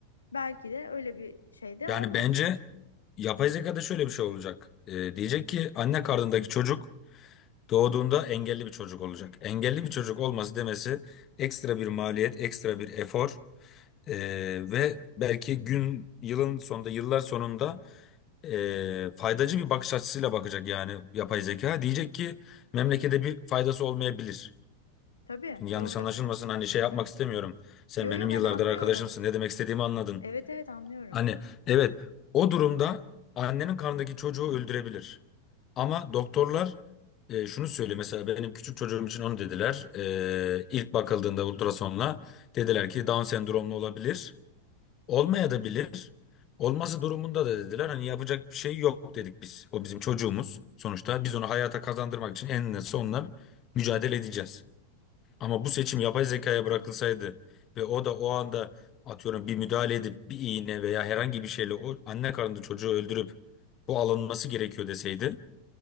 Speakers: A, on the left; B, on the left.
A: belki de öyle bir şey de
B: Yani
A: olmayacak.
B: bence yapay zekada şöyle bir şey olacak. Ee, diyecek ki anne karnındaki çocuk doğduğunda engelli bir çocuk olacak. Engelli bir çocuk olması demesi ekstra bir maliyet, ekstra bir efor ee, ve belki gün, yılın sonunda, yıllar sonunda ee, faydacı bir bakış açısıyla bakacak yani yapay zeka. Diyecek ki memlekete bir faydası olmayabilir.
A: Tabii,
B: Şimdi yanlış
A: doğru.
B: anlaşılmasın hani şey yapmak istemiyorum. Sen
A: Yo
B: benim
A: yo ben
B: yıllardır
A: anlıyorum.
B: arkadaşımsın. Ne demek istediğimi anladın.
A: Evet evet anlıyorum.
B: Hani evet o durumda annenin karnındaki çocuğu öldürebilir. Ama doktorlar e, şunu söylüyor mesela benim küçük çocuğum için onu dediler. E, ilk bakıldığında ultrasonla dediler ki Down sendromlu olabilir. Olmaya da bilir. Olması durumunda da dediler hani yapacak bir şey yok dedik biz. O bizim çocuğumuz. Sonuçta biz onu hayata kazandırmak için eninde sonunda mücadele edeceğiz. Ama bu seçim yapay zekaya bırakılsaydı ve o da o anda atıyorum bir müdahale edip bir iğne veya herhangi bir şeyle o anne karnında çocuğu öldürüp bu alınması gerekiyor deseydi